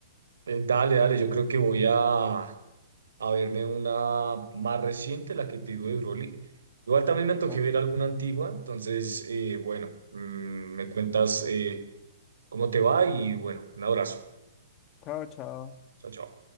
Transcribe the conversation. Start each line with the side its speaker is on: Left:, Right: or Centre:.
Right: Eh, dale, dale, yo creo que voy a, a verme una más reciente, la que te digo de Broly. Igual también me antojé
Left: Va.
Right: ver alguna antigua, entonces, eh, bueno, mm, me cuentas eh, cómo te va y bueno, un abrazo.
Left: Chao, chao.
Right: Chao, chao.